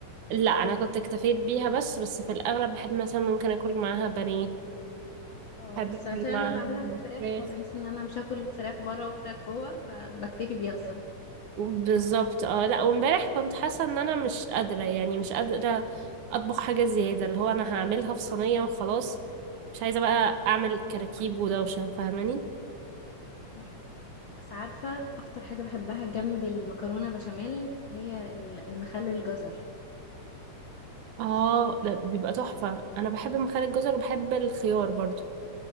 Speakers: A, on the right; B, on the left.
A: لا انا كنت اكتفيت بيها بس بس في الاغلب بحب مثلا ممكن اكل معاها بانيه
B: اه
A: بحب
B: بس
A: اكل
B: عشان انا
A: معاها
B: بعملها بالفراخ
A: فراخ
B: فبحس ان انا مش هاكل فراخ بره وفراخ جوه فبكتفي بيها الصراحه
A: بالظبط اه لا وامبارح كنت حاسه ان انا مش قادره يعني مش قادره اطبخ حاجه زياده اللي هو انا هعملها في صينيه وخلاص مش عايزه بقى اعمل كراكيب ودوشه فاهماني
B: مم. بس عارفه اكتر حاجه بحبها جنب المكرونه بشاميل هي ال- المخلل الجزر
A: اه لا بيبقى تحفه انا بحب مخلل الجزر وبحب الخيار برضو